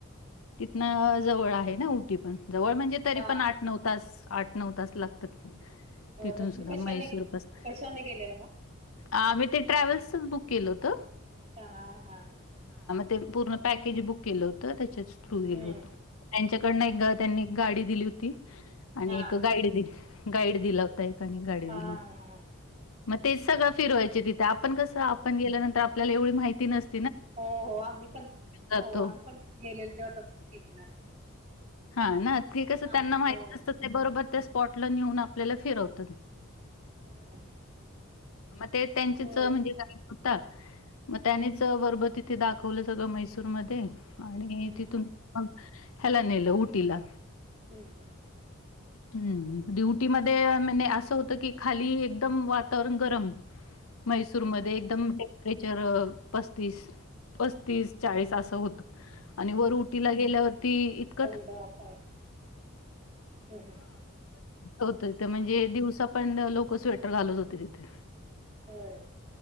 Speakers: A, on the left; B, on the right.
A: तिथन जवळ आहे ना, उटी पण? जवळ म्हणजे, तरी
B: हा
A: पण आठ-नऊ तास, आठ-नऊ तास लागतात. तिथून
B: मग तुम्ही
A: सुद्धा
B: कशाने
A: म्हैसूर बस
B: कशाने गेलेला मग
A: आम्ही ते ट्रॅव्हल्सच बुक केलं होत.
B: <unintelligible>
A: ते पूर्ण पॅकेज बुक केलं होतं, त्याच्या थ्रू गेलो
B: हम्म
A: होतो, यांच्याकडन एकदा त्यांनी गाडी दिली होती, आणि
B: हा
A: एक गाईड दि गाईड दिला होता एक. आणि गाडी
B: हा
A: दिली होती.
B: हा अच्छा
A: मग ते सगळं फिरवायचे तिथं, आपण कसं आपण गेल्यानंतर आपल्याला एवढी माहिती नस
B: हो हो आम्ही पण, हो
A: जातो
B: आम्ही पण गेलेलो, तेव्हा तसंच केलेल आम्ही.
A: हा ना, ते कसं
B: हा
A: त्यांना माहित
B: हो
A: नसतं. ते बरोबर त्या स्पॉटला नेऊन आपल्याला फिरवतात.
B: हा
A: मते त्यांचे
B: हो
A: म्हणजे गाईड देता. म त्यानेच वर बा तिथं दाखवलं सगळं म्हैसूर मध्ये - आणि
B: हम्म
A: तिथून मग ह्याला नेलं, उटीला.
B: हम्म हम्म.
A: हम्म, उटीमध्ये म्हणजे असं होतं की, खाली एकदम वातावरण गरम. मैसूर
B: हम्म
A: मध्ये एकदम टेंपरेचर पस्तीस. पस्तीस-चाळीस असं होत,
B: हम्म
A: आणि वर उटीला गेल्या वरती <inaudible>
B: थंड वातावरण हम्म
A: होत. ते म्हणजे दिवसा पण लोक स्वेटर घालत होते, तिथं.
B: होय.